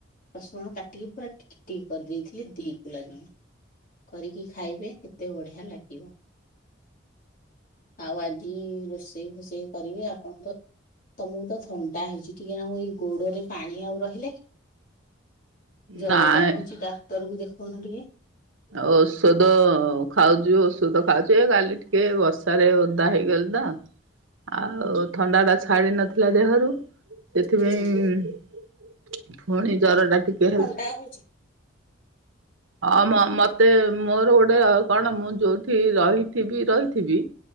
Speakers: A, on the left; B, on the right.
A: ରସୁଣ କାଟି ଟି ପୁରା ଟିକ ଟିକି କରିଦେଇଥିଲି ଦି କୁଲା ଜମା କରିକି ଖାଇବେ କେତେ ବଢିଆ ଲାଗିବ ଆଉ ଆଜି ରୋଷେଇ ଫୋଷେଇ କରିବେ ଆପଣଙ୍କ ତମକୁ ତ ଥଣ୍ଡା ହେଇଛି ଟିକେ ନାଁକୁ ଏଇ ଗୋଡରେ ପାଣି ଆଉ ରହିଲେ ଜର
B: ନାଇଁ
A: ଟା ହଉଛି ଡାକ୍ତର କୁ ଦେଖଉନ ଟିକେ?
B: ଓଷଧ ଖାଉଛୁ ଓଷଧ ଖାଉଛୁ ଏ କାଲି ଟିକେ ବର୍ଷାରେ ଓଦା ହେଇଗଲି ତ ଆଉ ଥଣ୍ଡା ଟା ଛାଡି ନଥିଲା ଦେହରୁ ସେଥିପାଇଁ
A: ହୁଁ
B: ପୁଣି ଜର ଟା ଟିକେ ହେଲା।
A: ଟା ହେଇଚି
B: ଅ-ମ ମତେ ମୋର ଗୋଟେ କଣ ମୁଁ ଯୋଉଠି ରହିଥିବି ରହିଥିବି